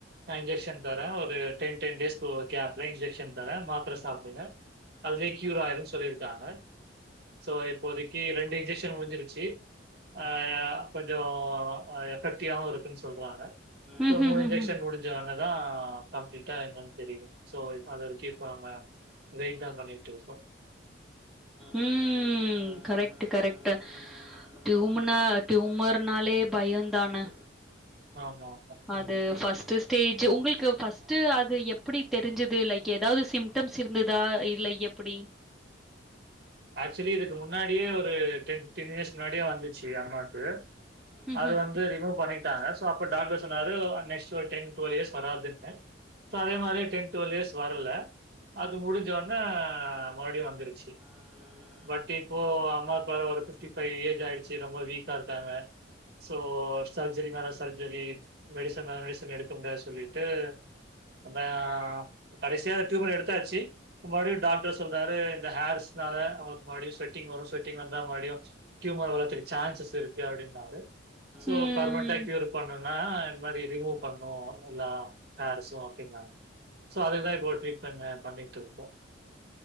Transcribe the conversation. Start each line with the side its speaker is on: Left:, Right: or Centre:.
Right: நா இன்ஜெக்ஷன் தரே ஒரு டென் டென் டேஸ்க்கு ஓக்யா நல்ல இன்ஜெக்ஷன் தரே மாத்திர சாப்பிடுங்க அதுவே கியூர் ஆயிரு சொல்லிருக்காங்க சோ இப்போதைக்கி ரெண்டு இன்ஜெக்ஷன் முடிஞ்சிருச்சி ஆ கொஞ்சோ அ எஃபெக்டிவாவு இருக்கு சொல்றாங்க
Centre: ம்ஹ்ஹ்ம். ம். ம்,
Right: சோ மூணு
Centre: ம்,
Right: இன்ஜெக்ஷன்
Centre: ம், ம்.
Right: முடிஞ்சோன்னவுதா கம்ப்ளீட்டா என்னன் தெரியு சோ இப் அத வரைக்கி இப்போ நாங்க வெயிட் தா பண்ணிட்டு இருக்கோ
Centre: ம் ம் கரெக்ட் கரெக்ட்டு டியூம்மனா ட்யூமர்னாலே பயோதான
Right: ஆமா
Centre: அது
Right: ம்.
Centre: ஃபர்ஸ்ட்டுஸ் ஸ்டேஜ்ஜி உங்களுக்கு ஃபஸ்ட்டு அது எப்புடி தெரிஞ்சுது லைக் ஏதாவ்து சிம்டம்ஸ் இருந்ததா இல்ல எப்புடி
Right: ஆக்சுவலி இதுக்கு முன்னாடியே ஒரு டென் ஃபிப்டீன் இயர்ஸ்ஸு முன்னாடியே வந்துச்சு அம்மாக்கு
Centre: ம்ஹ்ம்.
Right: அது வந்து ரிமூவ் பண்ணிட் டாங்க சோ அப்ப டாக்டர் சொன்னாரு அ நெக்ஸ்ட் ஒரு டென் டுவெல் இயர்ஸ்ஸு வராதுன்னு சோ அதே மாதிரி டென் டுவெல் இயர்ஸ்ஸு வர்ல அது முடிஞ்சோடனே மறுபடி வந்துருச்சு
Centre: இது
Right: பட் இப்போ அம்மாக்கு வேற ஒரு பிப்டி ஃபைவ் ஏஜ் ஆயிடுச்சு ரொம்ப வீக்கா இருக்காங்க சோ சர்ஜரி மேல சர்ஜரி மெடிசன் அந்த மெடிசன் எடுக்க முடியாது சொல்லிட்டு அதா கடைசியா அந்த டியூமர் எடுத்தாச்சு முன்னாடி டாக்டர் சொல்றாரு இந்த ஹேர்ஸ் ஸுனால அவுங்களுக்கு மறுபுடி ஸ்வெட்டிங் வரு ஸ்வெட்டிங் வந்தா மறுபுடியு டியூமர் வர்றதுக்கு சான்சஸ்ஸு இருக்கு அப்டின்னாரு சோ
Centre: ம்.
Right: பர்மெண்ட்டா க்யூர் பண்ணும்னா இந்மாதிரி ரிமூவ் பண்ணு எல்லா சேர்ஸு அப்டிங்காங்க சோ அதுக்குதா இப்போ ஒரு டரீட்ண்ட் அ பண்ணிட்டு இருக்கோ